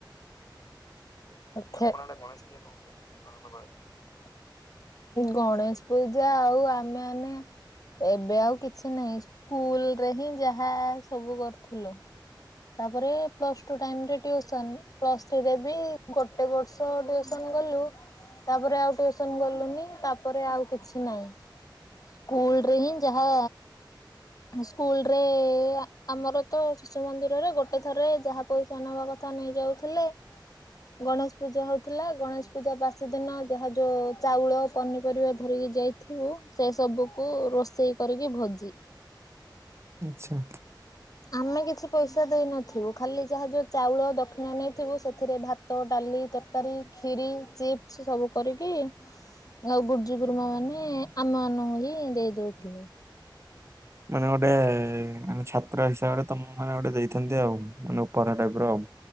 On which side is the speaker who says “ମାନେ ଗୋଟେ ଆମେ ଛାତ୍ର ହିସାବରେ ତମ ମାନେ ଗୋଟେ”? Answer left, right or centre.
Right